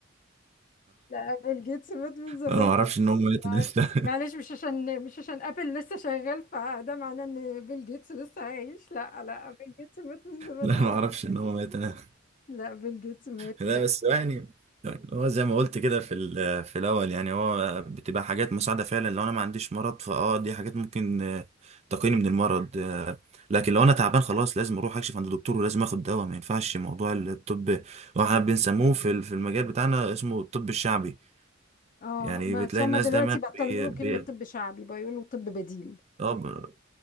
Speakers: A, on the left; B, on the right.
A: <laughs> لا بيل جيتس مات من زمان
B: أنا ما أعرفش إن هو مات
A: مع-
B: <laughs> لسه
A: معلش مش عشان مش عشان ابل لسه شغال فده معناه ان بيل جيتس لسه عايش لا لا بيل جيتس مات من زمان
B: لا
A: قوي
B: ما أعرفش إن هو مات أنا
A: لا بيل جيتس مات
B: لا بس يعني هو زي ما قلت كده في ال- في الاول يعني هو بتبقى حاجات مساعده فعلا لو انا ما عنديش مرض فاه دي حاجات ممكن آه، تقيني من المرض آه، لكن لو انا تعبان خلاص لازم اروح اكشف عند دكتور ولازم اخد دواء ما ينفعش موضوع الطب هو احنا بنسموه في ال- في المجال بتاعنا اسمه الطب الشعبي
A: اه
B: يعني
A: بس
B: بتلاقي
A: هما
B: الناس
A: دلوقتي
B: دايما
A: بطلوا
B: بي
A: يقولوا
B: بي
A: كلمة طب شعبي بقى يقولوا طب بديل
B: اه ب-